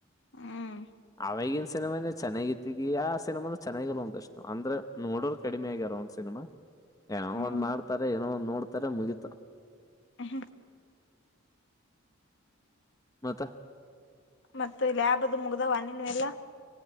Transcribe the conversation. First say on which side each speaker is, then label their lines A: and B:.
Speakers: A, on the left; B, on the left.
A: ಹ್ಮ್
B: ಅವವಾಗಿನ ಸಿನಿಮಾನೇ ಚೆನ್ನಾಗಿತ್ತಗಿ ಆ ಸಿನಿಮಾನು ಚೆನ್ನಾಗಿಲ್ ಒಂದಷ್ಟು ಅಂದ್ರೆ ನೋಡೋರ್ ಕಡಿಮೆ ಆಗ್ಯಾರ ಒಂದ್ ಸಿನಿಮಾ ಏನೋ
A: ಹ್ಮ್
B: ಒಂದ್ ಮಾಡ್ತಾರೆ ಏನೋ ಒಂದ್ ನೋಡ್ತಾರ ಮುಗಿತ
A: ಉಹ್ಮ್
B: ಮತ
A: ಮತ್ತೆ ಲ್ಯಾಬುದು ಮುಗ್ದಾವ ನಿನವ್ ಎಲ್ಲಾ